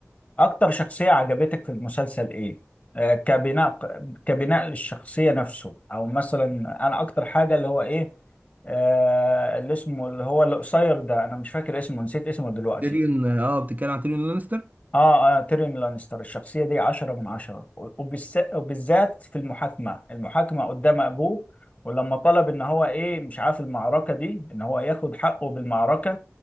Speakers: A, on the left; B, on the right.
A: اكتر شخصية عجبتك في المسلسل ايه آه، كبناء كبناء للشخصية نفسه او مثلا انا اكتر حاجة اللي هو ايه آه اللي اسمه اللي هو القصير ده انا مش فاكر اسمه نسيت اسمه دلوقتي
B: تيريون اه بتتكلم عن تيريون لانستر
A: اه اه تيريون لانستر الشخصية دي عشرة من عشرة وبالس- وبالذات في المحاكمة المحاكمة قدام ابوه ولما طلب ان هو ايه مش عارف المعركة دي ان هو ياخد حقه بالمعركة